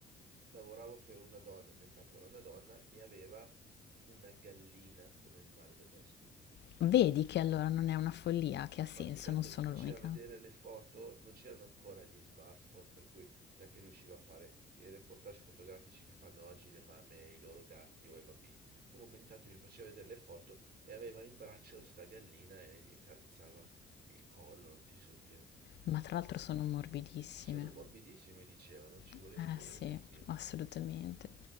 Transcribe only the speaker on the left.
Vedi che allora non è una follia, che ha senso,
non sono
l'unica.
Ma tra l'altro sono morbidissime.
Eh
sì,
assolutamente.